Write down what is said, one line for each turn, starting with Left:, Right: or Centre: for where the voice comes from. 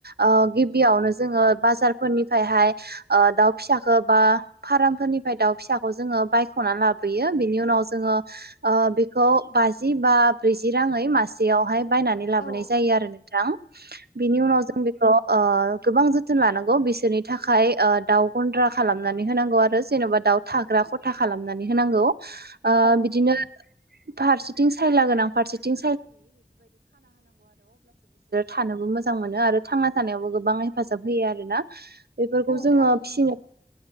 Right: ओ गिबियावनो जोङो बाजारफोरनिफ्रायहाय ओ दाउ फिसाख बा फार्मफोरनिफ्राय दाउ फिसाखौ जोङो बायख'नानै लाबोयो बेनि उनाव जोङो ओ बेखौ बाजि बा ब्रैजि राङै मास जेयावहाय बायनानै लाबोनाय
Left: औ
Right: जायो आरो नोंथां। बिनि उनाव जों बेखौ ओ गोबां जोथोन लानांगौ बिसोरनि थाखाय ओ दाउ गन्द्रा खालामनानै होनांगौ आरो जेन'बा दाउ थाग्रा खथा खालामनानै होनांगौ ओ
Left: औ
Right: बिदिनो फारसेथिं सायलागोन आं फारसेथिं थानोबो मोजां मोनो आरो थांना थानायावबो गोबाङै हेफाजाब होयो आरोना बेफोरखौ
Left: औ
Right: जोङो
Left: थारैनो
Right: फिसिनो
Left: नोंथां